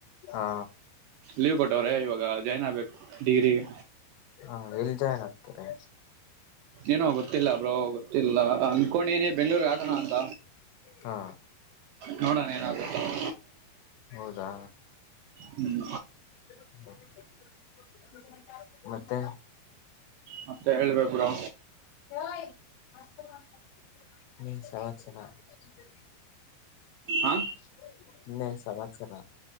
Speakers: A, on the left (about 85°); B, on the right (about 80°).
A: ಹಾ.
B: ಲೀವ್ ಕೊಟ್ಟವ್ರೆ ಇವಾಗ ಜೊಯ್ನ್ ಆಗ್ಬೇಕು ಡಿಗ್ರಿಗೆ
A: ಹಾ ಎಲ್ಲಿ ಜೊಯ್ನ ಆಗ್ತಿರಿ
B: ಏನೋ ಗೊತ್ತಿಲ್ಲಾ ಬ್ರೋ ಗೊತ್ತಿಲ್ಲಾ ಅನ್ಕೊಂಡೇನಿ ಬೆಂಗಳೂರ್ ಆಗಣ ಅಂತ
A: ಹಾ
B: ನೋಡಣ ಏನಾಗತ್ತೊ <unintelligible> <inaudible>
A: ಹೌದಾ
B: ಹ್ಮ್.
A: <unintelligible> ಮತ್ತೆ
B: ಮತ್ತೆ ಹೇಳ್ಬೇಕ್ ಬ್ರೋ
A: ಯೊಯ್ <unintelligible>
B: ಹಾ
A: <inaudible> ಇನ್ನೆನ್ ಸಮಾಚಾರ